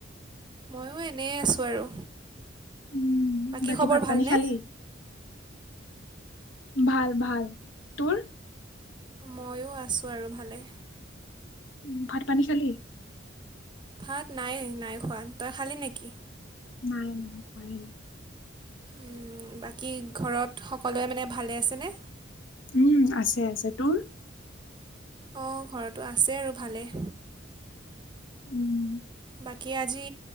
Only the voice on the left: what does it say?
উম
ভাত
পানী খালি ভাল ভাল, তোৰ?
উ ভাত, পানী খালি?
নাই <unintelligible>
উম আছে, আছে, তোৰ?
উম।